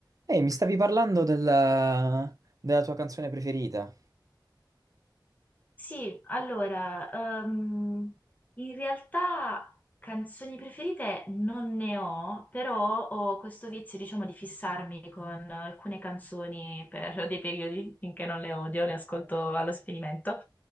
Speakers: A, on the right; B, on the left.
A: Ehi, mi stavi parlando della, della tua canzone preferita?
B: Sì, allora, ehm, in realtà canzoni preferite non ne ho, però ho questo vizio, diciamo, di fissarmi con alcune canzoni per dei periodi finché non le odio, le ascolto allo sperimento.